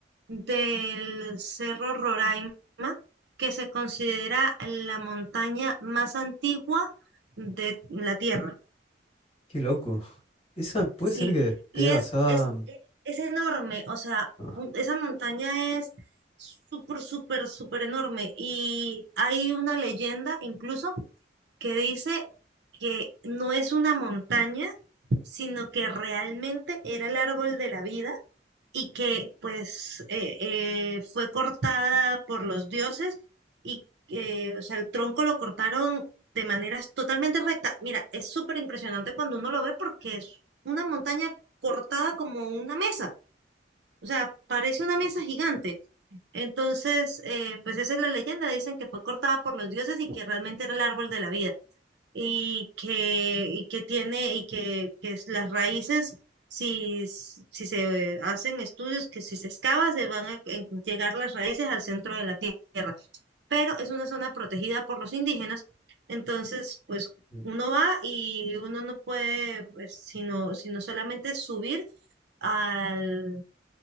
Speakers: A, on the right; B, on the left.
A: del Cerro Roraima, que se considera la montaña más antigua de la Tierra.
B: Qué loco. Esa puede
A: Sí,
B: ser que esté
A: y es,
B: basada.
A: es, e, es enorme, o sea,
B: Ah,
A: un- esa montaña es súper, súper, súper enorme. Y hay una leyenda incluso que dice que no es una montaña, sino que realmente era el árbol de la vida y que pues eh, eh, fue cortada por los dioses y eh, o sea, el tronco lo cortaron de manera totalmente recta. Mira, es súper impresionante cuando uno lo ve porque es una montaña cortada como una mesa, o sea, parece una mesa gigante. Entonces, eh, pues esa es la leyenda, dicen que fue cortada por los dioses y que realmente era el árbol de la vida y que, y que tiene y que, que es las raíces, si, s- si se hacen estudios, que si se excava, se van a en- llegar las raíces al centro de la tierra. Pero es una zona protegida por los indígenas, entonces, pues
B: mm,
A: uno va y uno no puede, pues, sino, sino solamente subir al,